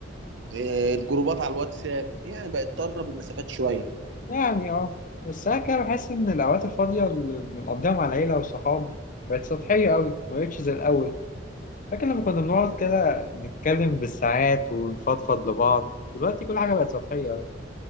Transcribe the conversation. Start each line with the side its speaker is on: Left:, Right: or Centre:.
Right: آه، الجروبات على الواتساب يعني بقت تقرب المسافات شوية
Left: يعني اه بس ساعات كده بحس ان الاوقات الفاضيه اللي بنقضيها مع العيله والصحاب بقت سطحيه قوي ما بقتش زي الاول فاكر لما كنا بنقعد كده نتكلم بالساعات ونفضفض لبعض دلوقتي كل حاجه بقت سطحيه قوي